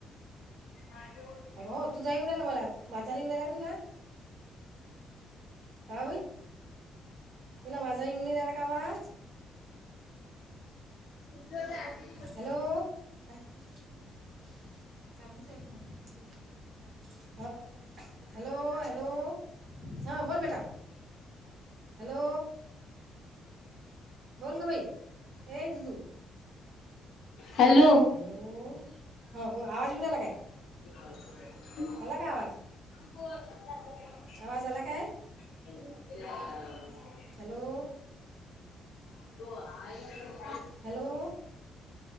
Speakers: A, on the left; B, on the right.
A: हां. जवळून.
B: हो तूझा येऊ रायला मला. माझा येऊ राहिला का तुला? का व बाई? तुला माझा येऊन नाही राहिला का आवाज?
A: <unintelligible>
B: हॅलो. काय <unintelligible> चालूच आहे फ़ोन. हॅलो. हॅलो करत - <unintelligible> हॅलो. हॅलो. हा. बोल बेटा. हॅलो. बोल ग बाई. ए दिदु.
A: हॅलो.
B: हॅलो. हां बो -आवाज येऊन राहिला काय?
A: <inaudible>
B: आला का आवाज?
A: <unintelligible>
B: आवाज आला काय?
A: <inaudible>
B: हॅलो.
A: <inaudible>
B: हॅलो.